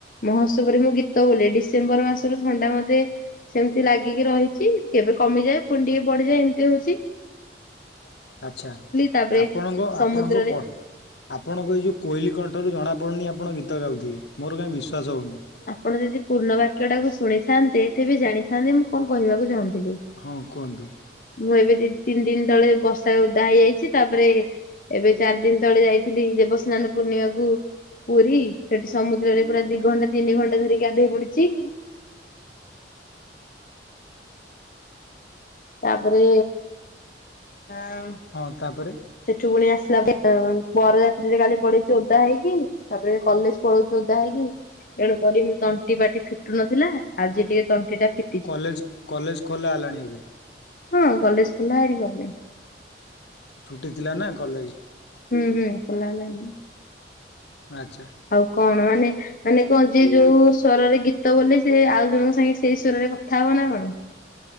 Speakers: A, on the left; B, on the left.
A: ମହୋତ୍ସବରେ ମୁଁ ଗୀତ ବୋଲେ ଡିସେମ୍ବର ମାସରୁ ଥଣ୍ଡା ମତେ ସେମିତି ଲାଗିକି ରହିଛି କେବେ କମିଯାଏ ପୁଣି ଟିକେ ବଢିଯାଏ ଏମିତି ହୋଉଛି।
B: ଆଚ୍ଛା
A: ତାପରେ
B: ଆପଣଙ୍କ
A: ସମୁଦ୍ରରେ
B: ଆପଣଙ୍କ କ ଆପଣଙ୍କୁ ଏଇ ଯୋଉ କୋଇଲି କଣ୍ଠରୁ ଜଣାପଡ଼ୁନି ଆପଣ ଗୀତ ଗାଉଥିବେ ମୋର କାଇଁ ବିଶ୍ୱାସ ହୋଉନି।
A: ଆପଣ ଯଦି ପୂର୍ଣ୍ଣ ବାକ୍ୟ ଟାକୁ ଶୁଣିଥାନ୍ତେ ତେବେ ଜାଣିଥାନ୍ତେ ମୁଁ କଣ କହିବାକୁ ଚାହୁଁଥିଲି।
B: ହଁ କୁହନ୍ତୁ।
A: ମୁଁ ଏବେ ଦି ତିନି ଦିନ୍ ତଳେ ବର୍ଷା ଓଦା ହେଇଯାଇଛି ତାପରେ ଏବେ ଚାରି ଦିନ ତଳେ ଯାଇଥିଲି ଦେବସ୍ନାନ ପୂର୍ଣ୍ଣିମାକୁୁ ପୁରୀ ସେଠି ସମୁଦ୍ରରେ ପୁରା ଦି ଘଣ୍ଟା ତିନି ଘଣ୍ଟା ଧରି ଗାଧେଇ ପଡ଼ିଛି ତାପରେ ଆଁ
B: ହଁ ତାପରେ।
A: ସେଠୁ ପୁଣି ଆସିଲା <inaudible> ବରଯାତ୍ରୀରେ କାଲି ପଡେଇଚି ଓଦା ହେଇକି। ତାପରେ କଲେଜ୍ ପଳଉଛୁ ଓଦା ହେଇକି। ତେଣୁ କରି ମୁଁ ତଣ୍ଟି ପାଟି ଫିଟୁ ନଥିଲା ଆଜି ଟିକେ ତଣ୍ଟି ଟା ଫି
B: କଲେଜ୍ କଲେଜ୍ ଖୋଲା ହେଲାଣି ଏବେ।
A: ହଁ କଲେଜ୍ ଖୋଲା ହେଇକି ଗଲେଣି।
B: ଛୁଟି ଥିଲା ନା କଲେଜ୍।
A: ହୁଁ, ହୁଁ ଖୋଲା ହେଲାଣି।
B: ଆଚ୍ଛା।
A: ଆଉ କଣ ମାନେ ମାନେ କଣ ଯିଏ ଯୋଉ ସ୍ୱରରେ ଗୀତ ବୋଲେ ସିଏ ଆଉ ଜଣଙ୍କ ସାଙ୍ଗେ ସେଇ ସ୍ବରରେ କଥା ହବ ନା କଣ।